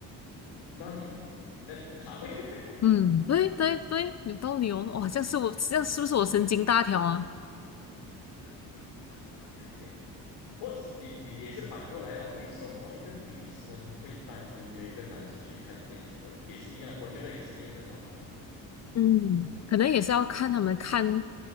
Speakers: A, on the left; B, on the left.
A: 那你那你不怕呗？<laughs>
B: 嗯，对对对，有道理哦。哇，这样是我这样是不是我神经大条啊？
A: 就是你或者你你你也是反过来了，为什么一个女生会单独约一个男生去看电影？我也是一样，我觉得也是一样的道理啦。
B: 嗯可能也是要看他们看